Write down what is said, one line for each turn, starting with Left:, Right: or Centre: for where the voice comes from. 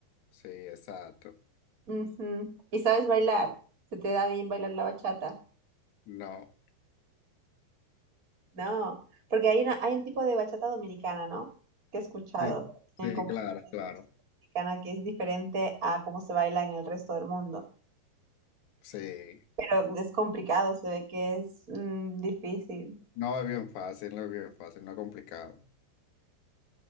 Left: sí, exacto.
Right: ujú. ¿Y sabes bailar? ¿Se te da bien bailar la bachata?
Left: No,
Right: No, porque hay una, hay un tipo de bachata dominicana, ¿no? Que he escuchado
Left: sí, sí,
Right: en como-
Left: claro,
Right: en
Left: claro,
Right: bachata dominicana que es diferente a cómo se baila en el resto del mundo.
Left: sí.
Right: Pero es complicado, se ve que es mm, difícil.
Left: No es bien fácil, no es bien fácil, no es complicado.